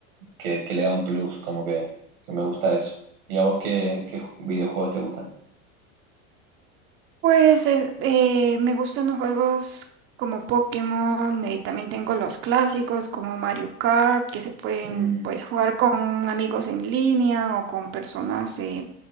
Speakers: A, on the right; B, on the right.
A: que- que le da un plus, como que, que me gusta eso. ¿Y a vos qué, qué videojuegos te gustan?
B: Pues es- eh, me gustan los juegos como Pokémon, eh, también tengo los clásicos como Mario Kart, que se pueden
A: Mm,
B: pues jugar con amigos en línea o con personas eh,